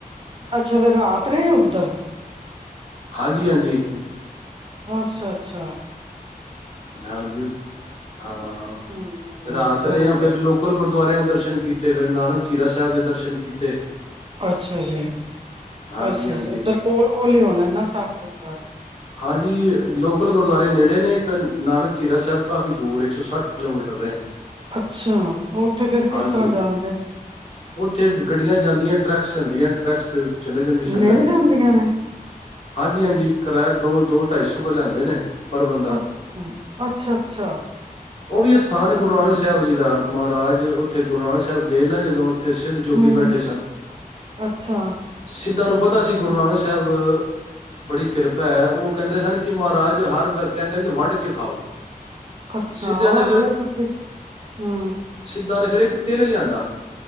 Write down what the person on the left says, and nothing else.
ਹਾਂਜੀ- ਹਾਂਜੀ
ਹਾਜੀ ਉਥੇ ਹਾਂ
ਰਾਤ
ਰਹੇ, ਹ ਫਿਰ
ਲੋਕਲ ਗੁਰਦੁਆਰਿਆਂ ਦਰਸ਼ਨ ਕੀਤੇ, ਫਿਰ ਨਾਨਕ ਚੀਰਾ ਸਾਹਿਬ ਦੇ ਦਰਸ਼ਨ ਕੀਤੇ।
ਹਾਂਜੀ
ਹਾਂਜੀ
ਹਾਂਜੀ ਲੋਕਲ ਗੁਰਦੁਆਰੇ ਨੇੜੇ ਨੇ, ਇੱਕ ਨਾਨਕ ਚੀਰਾ ਸਾਹਿਬ ਕਾਫ਼ੀ ਦੂਰ ਇੱਕ ਸੌ ਸੱਠ ਕਿਲੋਮੀਟਰ ਨੇ
ਹਾਂਜੀ
ਉੱਥੇ ਗੱਡੀਆਂ <unintelligible> ਚਲੇ ਜਾਂਦੀਂ, ਸੰਗਤ
ਹਾਂਜੀ- ਹਾਂਜੀ ਕਰਾਇਆ ਦੋ ਦੋ ਢਾਈ ਸੌ ਰੁਪਏ ਲੈਂਦੇ ਨੇ। ਪਰ ਬੰਦਾ,
ਉਹ ਵੀ ਅਸਥਾਨ
ਗੁਰੂ ਨਾਨਕ ਸਾਹਿਬ ਜੀ ਦਾ। ਮਹਾਰਾਜ, ਉੱਥੇ ਗੁਰੂ ਨਾਨਕ ਸਾਹਿਬ ਗਏ ਨਾ ਜਦੋਂ ਸਿੱਧ ਜੋਗੀ
ਬੈਠੇ ਸਨ,
ਸਿੱਧਾ ਨੂੰ ਪਤਾ ਸੀ, ਗੁਰੂ ਨਾਨਕ ਸਾਹਿਬ ਬੜੀ ਕਿਰਪਾ ਭੈ ਉਹ ਕਹਿੰਦੇ ਸਨ ਕਿ ਮਹਾਰਾਜ ਹਰ ਕਹਿੰਦੇ ਨੇ ਕਿ ਵੰਡ ਕੇ ਖਾਓ।
ਸਿੱਧਿਆਂ ਨੇ ਫਿਰ
ਦਾ ਨੇ ਫੇਰ ਇੱਕ ਤਿਲ ਲਿਆਂਦਾ।